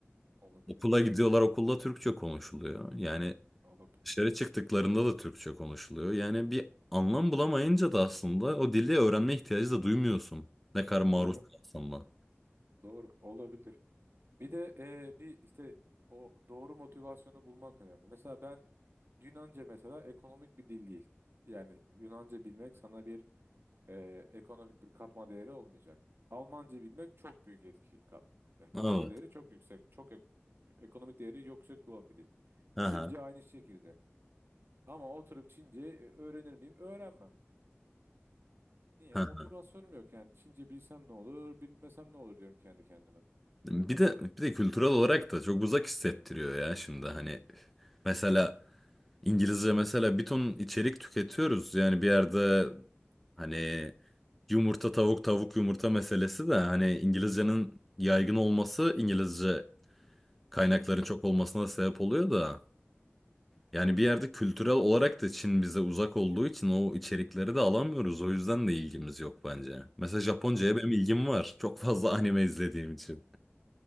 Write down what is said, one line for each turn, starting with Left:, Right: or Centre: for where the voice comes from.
Right: Olabilir.
Centre: Okula gidiyorlar, okulda Türkçe konuşuluyor. Yani
Right: Olabilir.
Centre: dışarı çıktıklarında da Türkçe konuşuluyor. Yani bir anlam bulamayınca da aslında o dili öğrenme ihtiyacı da duymuyorsun. Ne kadar maruz
Right: Doğru.
Centre: kalsan da.
Right: Doğru. Olabilir. Bir de e, bir işte o doğru motivasyonu bulmak önemli. Mesela ben Yunanca mesela ekonomik bir dil değil. Yani Yunanca bilmek sana bir e, ekonomik bir katma değeri olmayacak. Almanca bilmek çok büyük etki. ka- yani katma
Centre: Evet.
Right: değeri çok yüksek. Çok ek- ekonomik değeri yüksek olan bir dil.
Centre: Aha.
Right: Çince aynı şekilde. Ama oturup Çince e, öğrenir miyim? Öğrenmem. Niye?
Centre: aha.
Right: Motivasyonum yok yani. Çince bilsem ne olur, bilmesem ne olur diyorum kendi kendime.
Centre: Bir de bir de kültürel olarak da çok uzak hissettiriyor ya şimdi hani mesela İngilizce mesela bir ton içerik tüketiyoruz. Yani bir yerde hani yumurta tavuk tavuk yumurta meselesi de hani İngilizcenin yaygın olması İngilizce kaynakların
Right: Hı hı.
Centre: çok olmasına sebep oluyor da yani bir yerde kültürel olarak da Çin bize uzak olduğu için o içerikleri de alamıyoruz. O yüzden de ilgimiz yok bence. Mesela Japonca'ya
Right: Bir,
Centre: benim ilgim var. Çok fazla <laughs> anime izlediğim için.